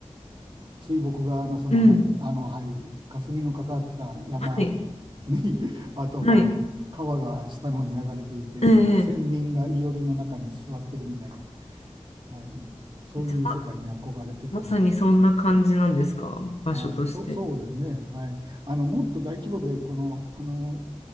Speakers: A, on the right; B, on the left.
A: 水墨画のそのな、
B: うん。
A: あの、はい、霞のかかった山に
B: はい。
A: <laughs> あとまあ、
B: はい。
A: 川が下の方に流れていて、
B: ええ
A: 仙人が庵の中に座ってるみたいな、はい、そういう世界に憧れてたんで、
B: じゃあま、まさにそんな感じなんですか、場所として。
A: はい、そう、そうですね、はい、あのもっと大規模でこの、あの